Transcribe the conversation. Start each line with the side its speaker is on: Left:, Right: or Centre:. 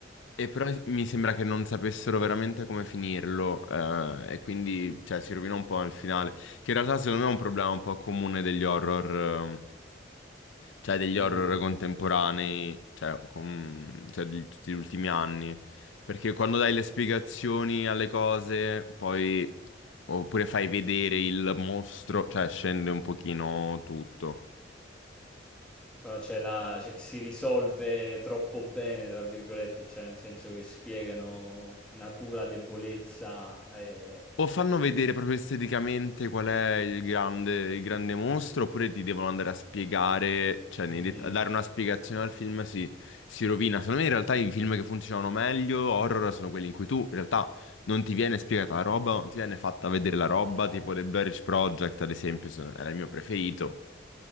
Left: e però mi sembra che non sapessero veramente come finirlo, eh, e quindi, cioè, si rovina un po' nel finale. Che in realtà secondo me è un problema un po' comune degli horror, ehm, cioè degli
Centre: Mhmm,
Left: horror contemporanei, cioè, com- cioè di tutti gli ultimi anni. Perché quando dai le spiegazioni alle cose, poi oppure fai vedere il mostro, cioè scende un pochino tutto.
Centre: quando c'è la cioè si risolve "troppo bene" tra virgolette, cioè nel senso che spiegano natura, debolezza e
Left: O fanno vedere proprio esteticamente qual è il grande, il grande mostro, oppure ti devono andare a spiegare, cioè nei
Centre: mhmm,
Left: det- a dare una spiegazione al film si, si rovina. Secondo me in realtà i film che funzionano meglio, horror, sono quelli in cui tu in realtà non ti viene spiegata la roba, non ti viene fatta vedere la roba,
Centre: eh.
Left: tipo The Blair Witch Project ad esempio, se- era il mio preferito,